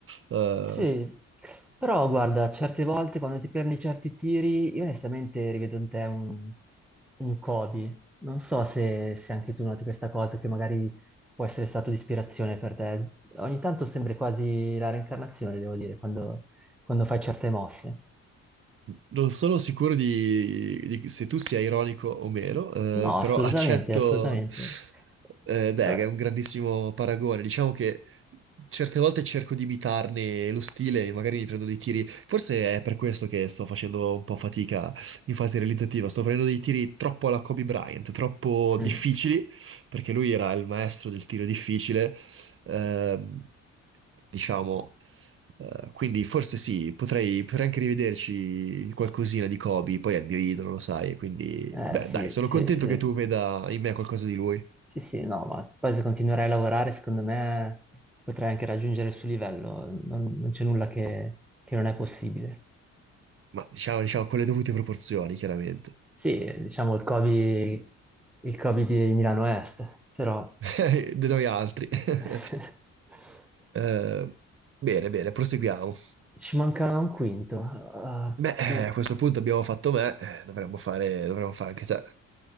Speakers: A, on the right (about 45°); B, in the centre.
A: Eh,
B: Sì, però guarda, certe volte quando ti perdi certi tiri, io onestamente rivedo in te un, un Kobe. Non so se, se anche tu noti questa cosa, che magari può essere stato di ispirazione per te. Ogni tanto sembri quasi la reincarnazione, devo dire, quando, quando fai certe mosse.
A: Non sono sicuro di, di- se tu sia ironico o meno, eh,
B: No,
A: però
B: assolutamente,
A: <laughs> accetto.
B: assolutamente.
A: eh, beh,
B: Eh,
A: è un grandissimo paragone. Diciamo che certe volte cerco di imitarne lo stile, e magari mi prendo dei tiri. Forse è per questo che sto facendo un po' fatica in fase realizzativa. Sto prendendo dei tiri troppo alla Kobe Bryant, troppo
B: Mm.
A: difficili, perché lui era il maestro del tiro difficile. Ehm, diciamo. Eh, quindi forse sì, potrei, potrei anche rivederci qualcosina di Kobe, poi è il mio idolo, lo sai, quindi
B: Eh,
A: beh,
B: sì,
A: dai, sono
B: sì,
A: contento
B: sì,
A: che tu veda in me qualcosa di lui,
B: sì, sì, no, ma poi se continuerai a lavorare, secondo me potrai anche raggiungere il suo livello, non, non c'è nulla che, che non è possibile.
A: ma diciamo, diciamo con le dovute proporzioni, chiaramente,
B: Sì, diciamo il Covid, il Covid di Milano Est, però
A: <laughs> di noi altri. <laughs>
B: <laughs>
A: Eh, bene, bene, proseguiamo.
B: ci manca un quinto. Ah,
A: Beh,
B: chi-
A: eh, a questo punto abbiamo fatto me, eh, dovremmo fare, dovremmo fare anche te.